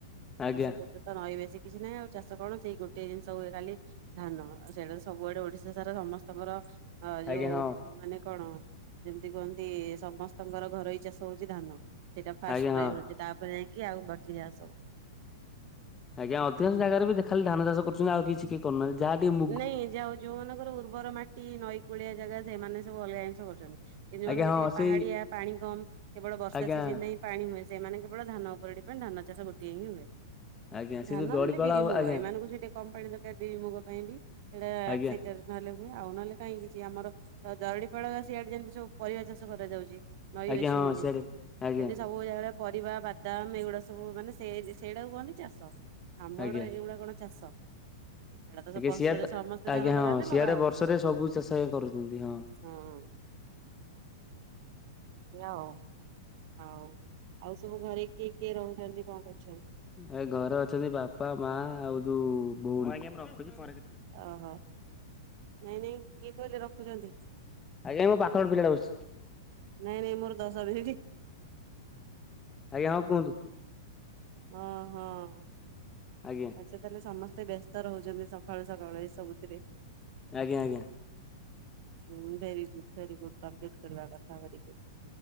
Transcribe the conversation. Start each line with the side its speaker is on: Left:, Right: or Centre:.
Left: ଆଜ୍ଞା
Right: ଆମ ସେପଟେ ତ ନଈ ବେଶୀ କିଛି ନାହିଁ ଆଉ ଚାଷ କଣ? ସେଇ ଗୋଟିଏ ଜିନିଷ ହୁଏ ଖାଲି ଧାନ। ଆଉ ସେଇଟା ତ ସବୁଆଡେ ଓଡିଶାସାରା ସମସ୍ତଙ୍କର ହ
Left: ଆଜ୍ଞା
Right: ଯୋଉ
Left: ହଁ
Right: ମାନେ କଣ ଯେମତି କୁହନ୍ତି ସମସ୍ତ ସ୍ତଙ୍କର ଘରୋଇ ଚାଷ ହଉଛି, ଧାନ। ସେଇଟା ଫାଷ୍ଟ
Left: ଆଜ୍ଞା
Right: ପ୍ରାୟୋରିଟି
Left: ହଁ
Right: ତାପରେ ଯାଇକି ଆଉ ବାକି ଯାହା ସବୁ।
Left: ଆଜ୍ଞା। ଅଧିକାଂଶ ଜାଗାରେ ବି ଦେ ଖାଲି ଧାନ ଚାଷ କରୁଚନ୍ତି ଆଉ କିଛି କେହି କରୁନାହାଁନ୍ତି। ଯାହା ଟିକେ ମୁ
Right: ନାଇଁ ଯାଉ ଯୋଉ ମାନଙ୍କର ଉର୍ବର ମାଟି, ନଈକୂଳିଆ ଜାଗା, ସେଇମାନେ ସବୁ ଅଲଗା ଜିନିଷ କରୁଛନ୍ତି। ଏ ଦିନମାନଙ୍କରେ
Left: ଆଜ୍ଞା ହଁ
Right: ଟିକେ
Left: ସେଇ
Right: ପାହାଡିଆ, ପାଣି କମ, କେବଳ ବର୍ଷା
Left: ଆଜ୍ଞା
Right: ସିଜିନ୍ ନେଇଁ ପାଣି ହୁଏ। ସେଇମାନେ କେବଳ ଧାନ ଉପରେ ଡିପେଣ୍ଡ, ଧାନ ଚାଷ ଗୋଟିଏ ହିଁ ହୁଏ।
Left: ଆଜ୍ଞା ସେ
Right: ଧାନ
Left: ଯୋଉ ଦଡିପାଳ
Right: ହେଲେ ବିରି,
Left: ଆଉ
Right: ମୁୁଗ।
Left: ଆଜ୍ଞା
Right: ଏମାନଙ୍କୁ ସେଠି ଟିକେ କମ୍ ପାଣି ଦରକାର ବିରି ମୁଗ ପାଇଁ ବି ସେଇଟା
Left: ଆଜ୍ଞା
Right: ସେ ରା ନହେଲେ ହୁଏ ଆଉ ନହେଲେ କାହିଁ କିଛି ଆମର ଦରଡିପାଳ ବା ସିଆଡେ ଯେମିତି ସବୁ ପରିବା ଚାଷ କରାଯାଉଛି ନଈ
Left: ଆଜ୍ଞା
Right: ଅଛି
Left: ହଁ
Right: ବୋଲି,
Left: ସିଆଡେ ଆଜ୍ଞା
Right: ସେଠି ସବ ବୁ ଜାଗାରେ ପରିବା, ବାଦାମ ଏଗୁଡା ସବୁ ମାନେ ସେଇ ସେଇଟାକୁ କହନ୍ତି ଚାଷ। ଆମ
Left: ଆଜ୍ଞା
Right: ଆଡୁ ଏଇଗୁଡା କଣ ଚାଷ? ଏଇଟା
Left: ଟିକେ
Right: ବର୍ଷରେ
Left: ସିଆଡ ତ
Right: ସମସ୍ତେ ଧାନ
Left: ଆଜ୍ଞା
Right: ଲଗାନ୍ତି
Left: ହଁ। ସିଆଡେ
Right: ଲଗା ହଉଛି।
Left: ବର୍ଷରେ ସବୁ ଚାଷ ଇଏ କରୁଛନ୍ତି ହଁ।
Right: ହଁ ହଁ। ଆଉ ହଉ। ଆଉ ସବୁ ଘରେ କିଏ କିଏ ରହୁଛନ୍ତି, କଣ କରୁଛନ୍ତି?
Left: ଏ ଘରେ ଅଛନ୍ତି ବାପା, ମା ଆଉ ଯୋଉ ଭଉଣୀ। ହଉ ଆଜ୍ଞା ମୁଁ ରଖୁଚି ପରେ କେତଳେ
Right: ଓହୋ। ନାଇଁ ନାଇଁ, କିଏ କହିଲେ ରଖୁଛନ୍ତି?
Left: ଆଜ୍ଞା ମୋ ପାଖରେ ଗୋଟେ ପିଲାଟା ବସିଛି।
Right: ନାଇଁରେ ମୋର ଦଶ ମିନିଟ
Left: ଆଜ୍ଞା ହଁ କୁହନ୍ତୁ
Right: ହଁ ହଁ।
Left: ଆଜ୍ଞା।
Right: ଆଚ୍ଛା ତାହେଲେ ସମସ୍ତେ ବ୍ୟସ୍ତ ରହୁଛନ୍ତି, ସଖାଳୁ ସକାଳୁ ଏଇ ସବୁଥିରେ?
Left: ଆଜ୍ଞା ଆଜ୍ଞା।
Right: ହଁ very good very good. Complete କରିବା କଥା, ଭେରି ଗୁଡ଼।